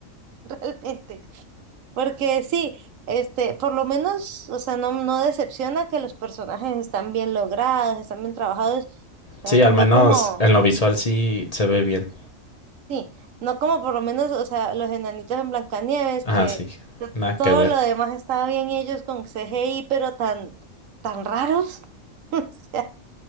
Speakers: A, on the right; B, on the left.
A: <laughs> realmente, porque sí, este, por lo menos, o sea, no, no decepciona que los personajes están bien logrados, están bien trabajados, o
B: Sí,
A: sea,
B: al
A: no
B: menos
A: como,
B: en lo visual sí se ve bien.
A: sí, no como por lo menos, o sea, los enanitos en Blancanieves, que
B: Ah, sí.
A: to-
B: Nada
A: todo
B: que ver.
A: lo demás estaba bien y ellos con CGI, pero tan, tan raros. <laughs> O sea,